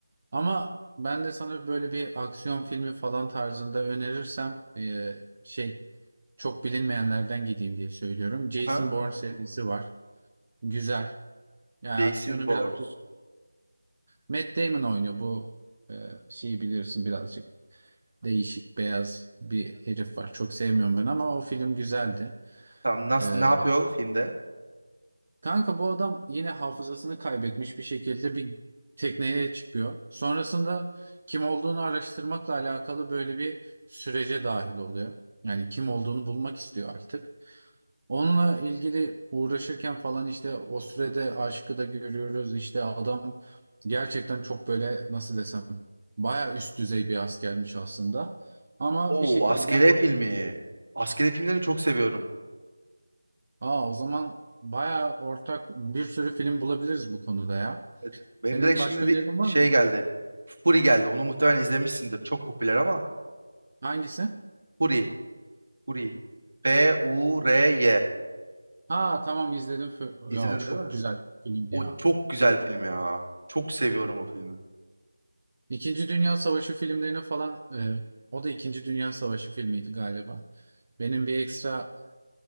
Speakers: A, on the right (about 35°); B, on the right (about 55°).
A: Ama ben de sana böyle bir aksiyon filmi falan tarzında önerirsem e, şey çok bilinmeyenlerden gideyim diye söylüyorum. Jason
B: Aha.
A: Bourne serisi var. Güzel. Yani
B: Jason
A: aksiyonu
B: Bourne.
A: biraz Matt Damon oynuyor bu e, şeyi bilirsin birazcık değişik beyaz bir herif var. Çok sevmiyorum ben ama o film güzeldi.
B: Tamam nasıl
A: E,
B: ne yapıyor filmde?
A: Kanka bu adam yine hafızasını kaybetmiş bir şekilde bir tekneye çıkıyor. Sonrasında kim olduğunu araştırmakla alakalı böyle bir sürece dahil oluyor. Yani kim olduğunu bulmak istiyor artık. Onunla ilgili uğraşırken falan işte o sürede aşkı da görüyoruz. İşte adam gerçekten çok böyle nasıl desem baya üst düzey bir askermiş aslında. Ama
B: Oo
A: bir şekilde
B: askeri filmi. Askeri filmlerini çok seviyorum.
A: aa o zaman baya ortak bir sürü film bulabiliriz bu konuda ya.
B: Evet. Benim
A: Senin
B: direkt
A: başka
B: şimdi de
A: önerin var
B: şey
A: mı?
B: geldi. Fury geldi. Onu muhtemelen izlemişsindir. Çok popüler ama
A: Hangisi?
B: Fury. Fury. F-U-R-Y.
A: Aa tamam izledim. Fö-
B: İzledin
A: Ya çok
B: değil mi?
A: güzel filmdi
B: O
A: ya.
B: çok güzel film ya. Çok seviyorum o filmi.
A: İkinci Dünya Savaşı filmlerini falan e, o da İkinci Dünya Savaşı filmiydi galiba. Benim bir ekstra